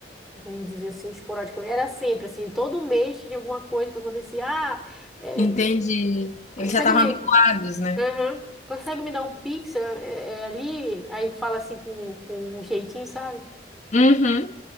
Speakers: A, in the centre; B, on the left (about 40°).
A: vamos dizer assim, esporadicamente, era sempre assim, todo mês tinha alguma coisa que acontecia, ah, é,
B: Entendi.
A: consegue
B: Eles já estavam
A: me,
B: habituados, né?
A: Aham. Consegue me dar um pix é, é, é ali? Aí fala assim com, com um jeitinho, sabe?
B: Uhum.